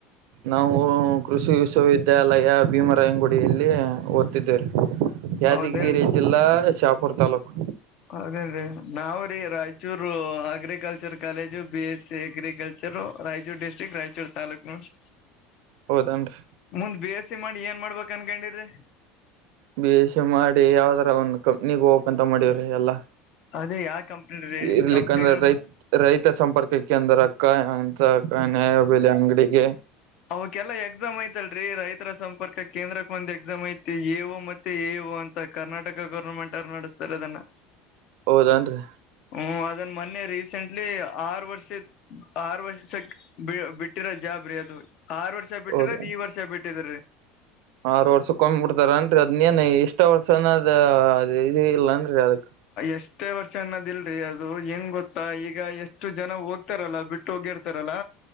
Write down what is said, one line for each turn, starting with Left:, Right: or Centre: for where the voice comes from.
Right: ನಾವು ಕೃಷಿ ವಿಶ್ವವಿದ್ಯಾಲಯ ಭೀಮರಾಯಂಗುಡಿಯಲ್ಲಿ ಓದ್ತಿದ್ದೇವ್ ರೀ. ಯಾದಗಿರಿ
Left: ಹೌದೇನ್
Right: ಜಿಲ್ಲಾ ಶಾಪುರ್ ತಾಲ್ಲೂಕು
Left: ಹೌದೇನ್ ರೀ ನಾವ್ರೀ Raichur agriculture college B S C agriculture Raichur district Raichur taluk ನೋಡ್ರಿ.
Right: ಹೌದೇನ್ರಿ
Left: ಮುಂದ್ ಬಿ ಎಸ್ ಸಿ ಮಾಡಿ ಏನ್ ಮಾಡ್ಬೇಕ ಅನ್ಕೊಂಡಿರಿ
Right: ಬಿ ಎಸ್ ಸಿ ಮಾಡಿ ಯಾವ್ದರ ಒಂದು ಕಂಪನಿಗೆ ಹೋಗಬೇಕಾಂತ ಮಾಡಿವ್ರಿ ಎಲ್ಲಾ.
Left: ಅದೇ ಯಾವ ಕಂಪನಿ ರೀ
Right: ಇರ್ಲಿಕ್ಕಂದ್ರ
Left: ಕಂಪ್ನಿಗಳು
Right: ರೈತ ರೈತ ಸಂಪರ್ಕ ಕೇಂದ್ರಕ್ಕ ಅಕ್ಕ ಅಂತ ನ್ಯಾಯ ಬೆಲೆ ಅಂಗಡಿಗೆ.
Left: ಅವಕೆಲ್ಲ ಎಕ್ಸಾಮ್ ಐತಲ್ರೀ ರೈತರ ಸಂಪರ್ಕ ಕೇಂದ್ರಕ್ಕೆ ಒಂದ್ ಎಕ್ಸಾಮ್ ಐತಿ ಎ ಓ ಮತ್ತೆ ಎ ಎ ಓ ಅಂತ್ ತ ಕರ್ನಾಟಕ ಗೌರ್ಮೆಂಟ್ ಅವರು ನಡಸ್ತಾರೆ ಅದನ್ನ
Right: ಹೌದನ್ರಿ
Left: ಹ್ಮ್ ಅದನ್ನ ಮೊನ್ನೆ ರೀಸೆಂಟ್ಲಿ ಆರು ವರ್ಷದ್ ಆರು ವರ್ಷಕ್ಕ್ ಬಿ ಬಿಟ್ಟಿರೊ ಜಾಬ್ ರೀ ಅದು ಆರು ವರ್ಷ ಬಿಟ್ಟಿರೋದ್
Right: ಹೌದ
Left: ಈ ವರ್ಷ ಬಿಟ್ಟಿದ್ ರೀ
Right: ಆರು ವರ್ಷಕೊಂಡ್ಬಿಡ್ತಾರನ್ರಿ ಅದ್ ಎನ್ ಇಷ್ಟ ವರ್ಷ ಅನದ ಇದ ಇಲ್ಲನ್ರಿ ಅದಕ್
Left: ಎಷ್ಟೇ ವರ್ಷ ಅನ್ನೋದಿಲ್ರಿಅದು ಹೆಂಗ್ ಗೊತ್ತಾ ಈಗ ಎಷ್ಟು ಜನ ಹೋಗ್ತಾರಲ್ಲ ಬಿಟ್ಟು ಬಿಟ್ಟುಹೋಗಿರ್ತಾರಲ್ಲ